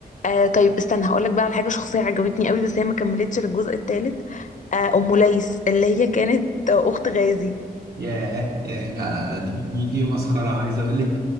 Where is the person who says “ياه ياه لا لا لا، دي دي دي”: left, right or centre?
Right